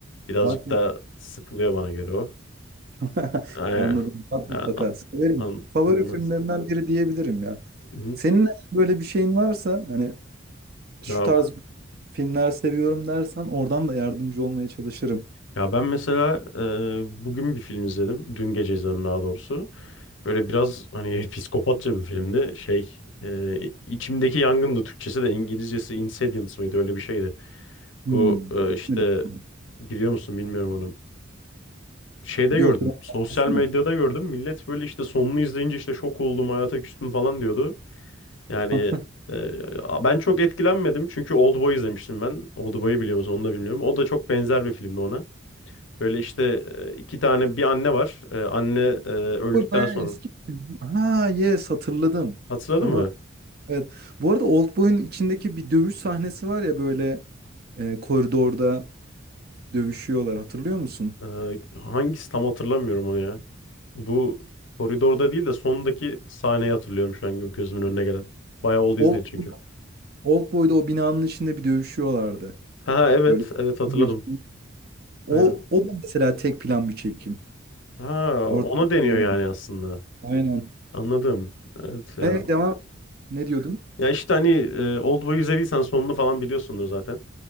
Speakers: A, on the left (about 70°); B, on the right (about 50°).
A: Birazcık
B: Bak mı?
A: daha sıkılıyor bana göre o.
B: <laughs>
A: Ee,
B: Anladım. Bak
A: a-
B: mutlaka.
A: a-
B: Severim.
A: an-
B: Favori
A: ondan-
B: filmlerinden biri diyebilirim ya.
A: Hı.
B: Senin böyle bir şeyin varsa hani şu
A: Ya
B: tarz filmler seviyorum dersen oradan da yardımcı olmaya çalışırım.
A: Ya ben mesela e, bugün bir film izledim. Dün gece izledim daha doğrusu. Böyle biraz hani <laughs> psikopatça bir filmdi. Şey e, içimdeki yangındı Türkçesi de İngilizcesi Insidious mıydı öyle bir şeydi.
B: Hmm.
A: Bu e, işte
B: Nedir? bu?
A: biliyor musun bilmiyorum onu. Şeyde
B: Yok.
A: gördüm.
B: biraz
A: Sosyal
B: bahsetsene.
A: medyada gördüm. Millet böyle işte sonunu izleyince işte şok oldum hayata küstüm falan diyordu. Yani
B: <laughs>
A: e, ben çok etkilenmedim. Çünkü Oldboy izlemiştim ben. Oldboy'u biliyor musun onu da bilmiyorum. O da çok benzer bir filmdi ona. Böyle işte e, iki tane bir anne var. E, Anne e, öldükten
B: Oldboy bayağı
A: sonra.
B: eski. bir film. Ha yes hatırladım.
A: Hatırladın
B: Tamam.
A: mı?
B: Evet. Bu arada Oldboy'un içindeki bir dövüş sahnesi var ya böyle e, koridorda dövüşüyorlar hatırlıyor musun?
A: E, Hangisi tam hatırlamıyorum onu ya. Bu koridorda değil de sondaki sahneyi hatırlıyorum şu an gözümün önüne gelen. Bayağı oldu
B: Old,
A: izleyeli çünkü.
B: Oldboy'da o binanın içinde bir dövüşüyorlardı.
A: Ha evet
B: Böyle
A: evet hatırladım.
B: 15 gün. O,
A: Aynen.
B: o da mesela tek plan bir çekim.
A: Ha
B: Orada
A: ona
B: aklına
A: deniyor
B: geldi.
A: yani aslında.
B: Aynen.
A: Anladım. Evet ya.
B: Evet devam. Ne diyordum?
A: Ya işte hani e, Oldboy'u izlediysen sonunu falan biliyorsundur zaten.